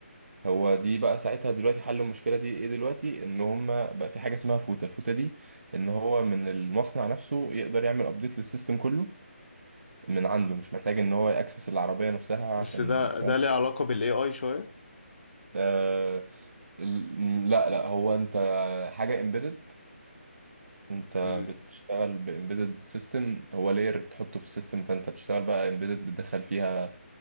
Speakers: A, on the right (about 65°); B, on the left (about 55°).
A: هو دي بقى ساعتها دلوقتي حل المشكلة دي ايه دلوقتي ان هم بقى في حاجة اسمها فوتة الفوتة دي ان هو من المصنع نفسه يقدر يعمل ابديت للسيستم كله من عنده مش محتاج ان هو يأكسس العربية نفسها
B: بس
A: عشان
B: ده
A: ي-
B: ده
A: فاهم
B: ليه علاقة بال AI شوية
A: آه ال- لا لا هو انت حاجة امبيدد انت
B: مم.
A: بتشتغل بامبيدد سيستم هو لاير بتحطه في السيستم فانت بتشتغل بقى امبيدد بتدخل فيها